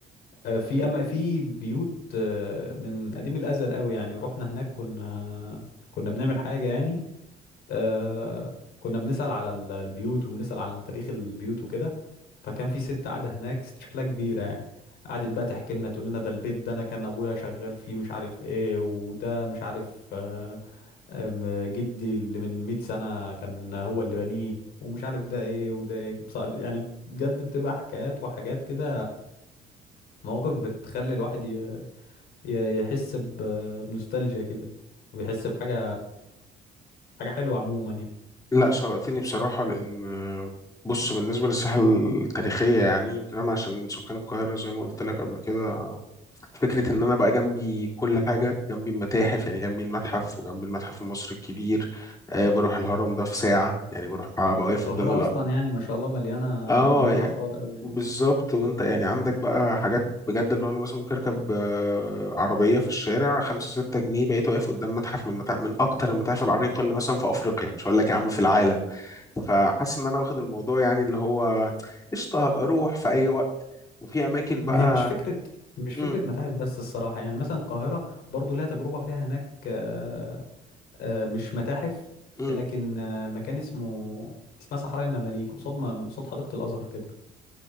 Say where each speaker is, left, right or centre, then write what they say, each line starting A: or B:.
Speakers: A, on the left (about 75°); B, on the left (about 20°).
A: آه، في اما في بيوت آه، من قديم الازل قوي يعني رحنا هناك كنا كنا بنعمل حاجه يعني آه كنا بنسأل على ال- البيوت وبنسأل على تاريخ البيوت وكده فكان في ست قاعدة هناك ست شكلها كبيرة يعني قعدت بقى تحكي لنا تقول لنا ده البيت ده انا كان ابويا شغال فيه مش عارف ايه وده مش عارف آه آم، جدي اللي من 100 سنة كان هو اللي بنيه ومش عارف ده ايه وده ايه بص- يعني بجد بتبقى حكايات وحاجات كده مواقف بتخلي الواحد ي- ي- يحس ب- بنوستالجيا كده ويحس بحاجة حاجة حلوة عموما يعني
B: لا شوقتني بصراحة لأن بص بالنسبة للساحة التاريخية يعني يمكن أنا عشان سكان القاهرة زي ما قلت لك قبل كده فكرة إن أنا بقى جنبي كل حاجة جنبي المتاحف يعني جنبي المتحف وجنبي المتحف المصري الكبير آه بروح الهرم ده في ساعة يعني بروح أبقى
A: والقاهرة
B: واقف قدام الأ
A: أصلا يعني ما شاء الله مليانة
B: آه
A: مليانة
B: يعني
A: آثار أوي يعني
B: بالظبط وأنت يعني عندك بقى حاجات بجد اللي هو أنا مثلا ممكن أركب آه عربية في الشارع خمسة ستة جنيه بقيت واقف قدام متحف من متاحف من أكتر المتاحف العريقة اللي مثلا في أفريقيا مش هقول لك يا عم في العالم فحاسس ان انا واخد الموضوع يعني اللي هو قشطه هبقى اروح في اي وقت وفي اماكن بقى
A: ما هي مش فكرة مش فكرة
B: امم
A: متاحف بس الصراحة يعني مثلا القاهرة برضو ليها تجربة فيها هناك آه، آه، مش متاحف
B: امم
A: لكن آه، مكان اسمه اسمها صحراء المماليك قصاد ما- قصاد حديقة الأزهر كده